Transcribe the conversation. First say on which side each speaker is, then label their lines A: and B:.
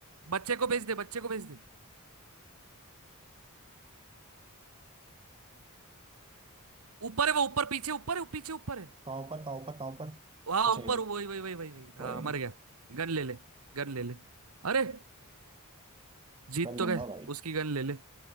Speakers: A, on the right; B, on the right.
A: बच्चे को भेज दे बच्चे को भेज दे ऊपर है वो ऊपर पीछे ऊपर है पीछे ऊपर है
B: कहाँ पर कहाँ पर कहाँ पर
A: वहां
B: अच्छा
A: ऊपर
B: इधर
A: वही वही वही वही वही
B: कोई
A: हाँ
B: नहीं
A: मर गया गन ले ले गन ले ले अरे जीत
B: कर
A: तो
B: लूंगा
A: गए
B: भाई
A: उसकी गन ले ले